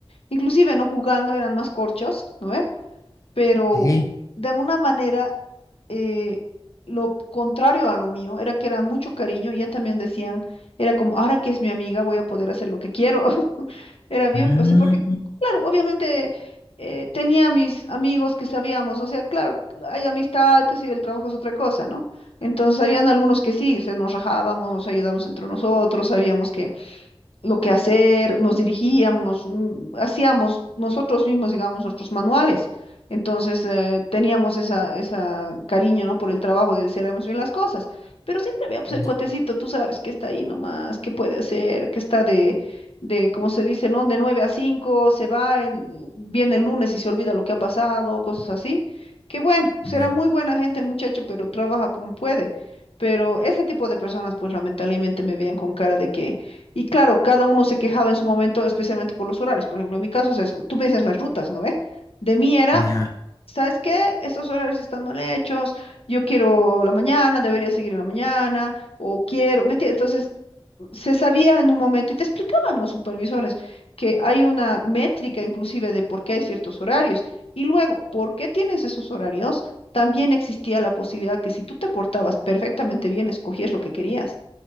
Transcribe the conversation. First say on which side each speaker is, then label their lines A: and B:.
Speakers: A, on the left; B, on the left.
A: inclusive no jugando eran más corchos, ¿no ve? pero
B: Sí.
A: de alguna manera eh, lo contrario a lo mío era que era mucho cariño, y ya también decían, era como, ahora que es mi amiga voy a poder hacer lo que quiero. <laughs> Era bien,
B: Ah,
A: o sea, porque, claro, obviamente eh, tenía mis amigos que sabíamos, o sea, claro, hay amistad, que si el trabajo es otra cosa, ¿no? Entonces, habían algunos que sí, se nos rajábamos, nos ayudábamos entre nosotros, sabíamos que lo que hacer, nos dirigíamos, mm, hacíamos nosotros mismos, digamos, nuestros manuales. Entonces, eh, teníamos esa, esa cariño, ¿no? Por el trabajo de decir, haremos bien las cosas. Pero siempre había, pues,
B: ya,
A: el cuatecito, tú sabes, que está ahí nomás, que puede hacer, que está de, de, ¿cómo se dice, no? De 9 a 5 se va, el- viene el lunes y se olvida lo que ha pasado, cosas así. Que bueno, será
B: ya,
A: muy buena gente el muchacho, pero trabaja como puede. Pero ese tipo de personas, pues, lamentablemente me veían con cara de que y claro, cada uno se quejaba en su momento, especialmente por los horarios. Por ejemplo, en mi caso es eso. Tú me dices las rutas, ¿no ve? De mí era,
B: ya.
A: ¿sabes qué? Estos horarios están mal hechos. Yo quiero la mañana, debería seguir en la mañana, o quiero. ¿me entiendes? Entonces, se sabía en un momento y te explicaban los supervisores que hay una métrica inclusive de por qué hay ciertos horarios. Y luego, ¿por qué tienes esos horarios? También existía la posibilidad que si tú te portabas perfectamente bien, escogías lo que querías